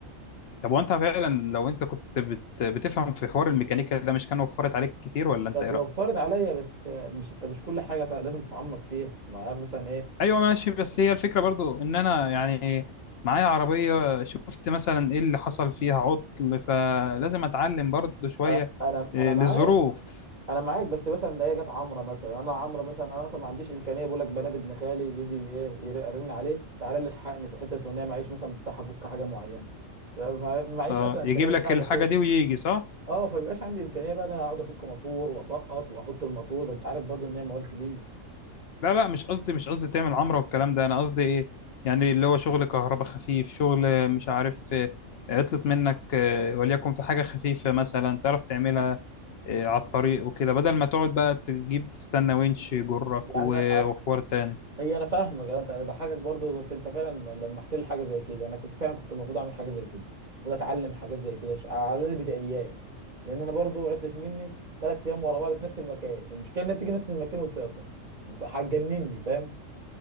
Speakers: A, on the left; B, on the right.
A: طب وانت فعلا لو انت كنت بت... بتفهم في حوار الميكانيكا ده مش كان وفرت عليك كتير ولا
B: كانت
A: انت ايه
B: وفرت
A: رايك
B: عليا بس مش انت مش كل حاجه ت- لازم تتعمق فيها معايا مثلا ايه
A: ايوه ماشي بس هي الفكره برضو ان انا يعني معايا عربيه شفت مثلا ايه اللي حصل فيها عطل فلازم اتعلم برضو شويه
B: أ- انا
A: آه،
B: انا معاك
A: للظروف
B: انا معاك بس مثلا ده هي جت عمره مثلا انا عمره مثلا انا اصلا ما عنديش امكانيه بقول لك بنات ابن خالي يجي ايه ير- ارن عليه تعالى لي الحقني في الحته الفلانيه معيش مثلا مفتاح افك حاجه معينه ف- فمعيش
A: اه
B: اصلا امكانيه
A: يجيب
B: ان
A: لك
B: انا اقعد
A: الحاجة
B: افك
A: دي ويجي صح؟
B: اه فبيبقاش عندي امكانيه بقى ان انا اقعد افك موتور واسقط واحط الموتور ده انت عارف برضو ان هي موال كبير
A: لا لا مش قصدي مش قصدي تعمل عمرة والكلام ده أنا قصدي إيه يعني اللي هو شغل كهرباء خفيف شغل مش عارف آه، عطلت منك آه، وليكن في حاجة خفيفة مثلا تعرف تعملها آه، على الطريق وكده بدل ما تقعد بقى تجيب تستنى winch يجرك
B: يعني
A: و-
B: أنا-
A: وحوار تاني
B: هي انا فاهمك انت ضحكك برضو في انت فعلا لمحت لي حاجه زي كده انا كنت فعلا كنت المفروض اعمل حاجه زي كده المفروض اتعلم حاجات زي كده ش- على البدايات لان انا برضو عطلت مني ثلاث ايام ورا بعض في نفس المكان المشكله انها بتيجي نفس المكان وتقطع انت هتجنني فاهم